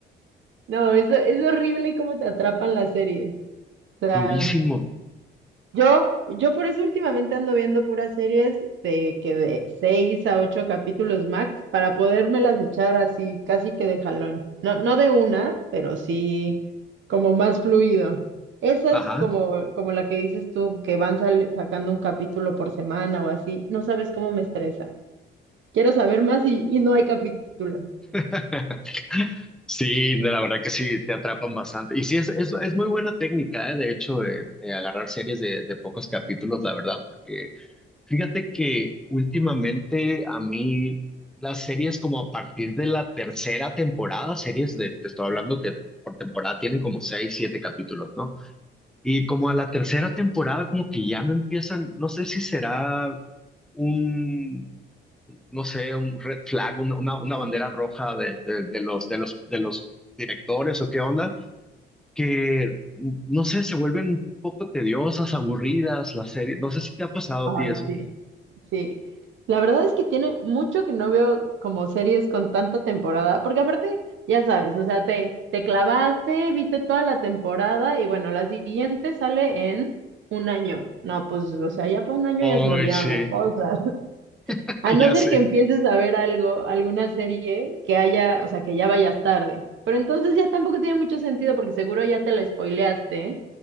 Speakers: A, on the right; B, in the centre.
A: <laughs> no, eso es horrible cómo te atrapan las series. O sea,
B: Durísimo.
A: Yo, yo por eso últimamente ando viendo puras series de que de seis a ocho capítulos max para podérmelas echar así casi que de jalón. No, no de una, pero sí como más fluido. Esas
B: Ajá.
A: como, como la que dices tú, que van sal- sacando un capítulo por semana o así, no sabes cómo me estresa. Quiero saber más y, y no hay capítulo.
B: <laughs> Sí, la verdad que sí, te atrapan bastante. Y sí, es, es, es muy buena técnica, ¿eh? De hecho, eh, eh, agarrar series de, de pocos capítulos, la verdad, porque Fíjate que últimamente a mí las series como a partir de la tercera temporada, series de, te estoy hablando que por temporada tienen como seis, siete capítulos, ¿no? Y como a la tercera temporada como que ya me empiezan, no sé si será un, no sé, un red flag, una, una, una bandera roja de, de, de los, de los, de los directores o qué onda, que no sé, se vuelven un poco tediosas, aburridas las series. No sé si te ha pasado
A: Ay,
B: a ti eso.
A: sí, sí. La verdad es que tiene mucho que no veo como series con tanta temporada, porque aparte, ya sabes, o sea, te, te clavaste, viste toda la temporada y bueno, la siguiente sale en un año. No, pues, o sea, ya para un año
B: Ay,
A: ya se me olvidaron
B: sí.
A: las cosas. <laughs>
B: <laughs>
A: A no
B: Ya
A: ser
B: sé.
A: que empieces a ver algo, alguna serie que haya, o sea, que ya vayas tarde. Pero entonces ya tampoco tiene mucho sentido porque seguro ya te la spoileaste